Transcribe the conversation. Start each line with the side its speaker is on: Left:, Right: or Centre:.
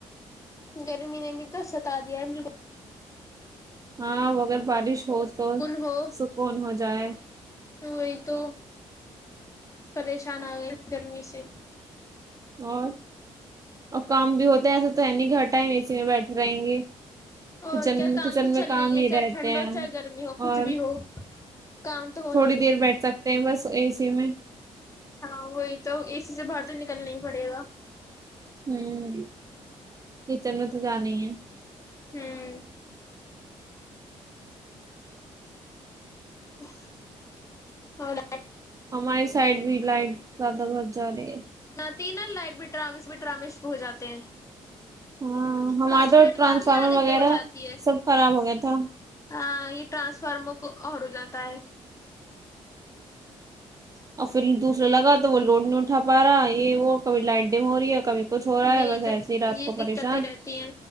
Left: گرمی نے بھی تو ستا دیا ہے بک
Right: ہاں وہ اگر بارش ہو تو
Left: ہو
Right: سکون ہو جائے
Left: وہی تو پریشان آ گئے گرمی سے
Right: اور اور کام بھی ہوتا ہے ایسا تو ہے نہیں کہ ہر ٹائم اے سی میں بیٹھ رہیں گے
Left: اور
Right: کچن
Left: کیا کام
Right: کچن
Left: تو
Right: میں
Left: چل
Right: کام
Left: رہ ہے
Right: ہی
Left: چاہے
Right: رہتے
Left: ٹھنڈ
Right: ہیں
Left: ہو چاہے گرمی ہو کچھ
Right: اور
Left: بھی ہو کام تو ہو
Right: تھوڑی
Left: نہیں
Right: دیر
Left: ہے
Right: بیٹھ سکتے ہیں بس اے سی میں
Left: ہاں وہی تو اسی سے باہر تو نکلنا ہی پڑے گا
Right: ہوں یہ چن م س جانی ہے
Left: ہوں <unintelligible> ہاں
Right: ہماری سائڈ بھی لائٹ زیادہ بت جا رہی ہے
Left: تینل لائٹ بھی رامس بھی ٹرامش ہو جاتے ہیں
Right: ہاں ہمارا
Left: پانچ
Right: تو
Left: منٹ
Right: ٹرانسفارمر
Left: کو آتی ہے آدھے گھنٹے
Right: وغیرہ
Left: کو جاتی ہے
Right: سب خراب ہو گیا تھا
Left: ہاں ٹرانسفارمر کو اور ہو جاتا ہے
Right: اور پھر دوسرا لگا تو وہ لوڈ نہیں اٹھا پا رہا یہ وہ کبھی لائٹ ڈیم ہو رہی ہے کبھی کچھ ہو رہا
Left: یہی
Right: ہے بس
Left: تو
Right: ایسے ہی رات
Left: یہی
Right: کو پریشان
Left: دقتیں رہتی ہیں